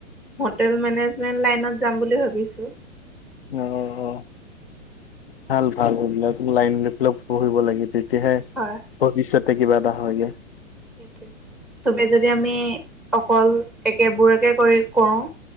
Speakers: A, in the centre; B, on the left.
A: হোটেল মেনেজমেন্ট লাইনত যাম বুলি ভাবিছোঁ।
B: অ অ ভাল, ভাল এইবিলাক লাইন লৈ পেলাই পঢ়িব লাগে তেতিয়াহে
A: হয়
B: ভৱিষ্যতে কিবা এটা হয়গে।
A: সেইটোৱে, চবেই যদি আমি অকল একেবোৰকে কৰি-কৰোঁ